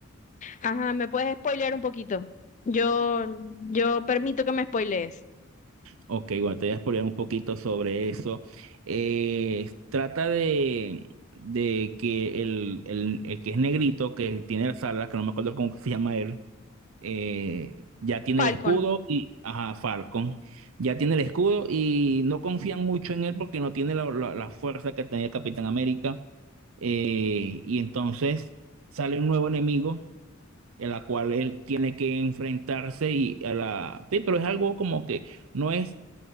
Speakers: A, on the left (about 35°); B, on the right (about 70°).
A: ajá, ¿me puedes spoilear un poquito? Yo, yo permito que me spoilees.
B: Ok, bueno, te voy a explorar un poquito sobre eso. Eh, trata de, de que el, el- el que es negrito, que tiene las alas, que no me acuerdo cómo que se llama él, eh, ya tiene
A: Falcon
B: el escudo y, ajá, Falcon, ya tiene el escudo y no confían mucho en él porque no tiene la, la- la fuerza que tenía Capitán América. Eh, y entonces sale un nuevo enemigo, en la cual él tiene que enfrentarse y a la... Sí, pero es algo como que no es